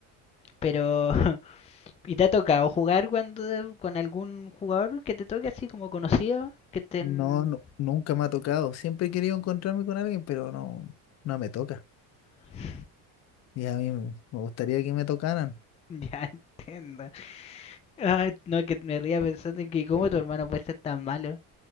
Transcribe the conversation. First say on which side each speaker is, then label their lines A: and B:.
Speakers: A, on the left; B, on the left.
A: Pero, <laughs> ¿Y te ha tocado jugar cuando con algún jugador que te toque así como conocido? Que estén.
B: No, no, nunca me ha tocado. Siempre he querido encontrarme con alguien, pero no, no me toca.
A: <laughs>
B: Y a mí me me gustaría que me tocaran.
A: Ya entiendo. Ay, no, que me ría pensando en que cómo tu hermano puede ser tan malo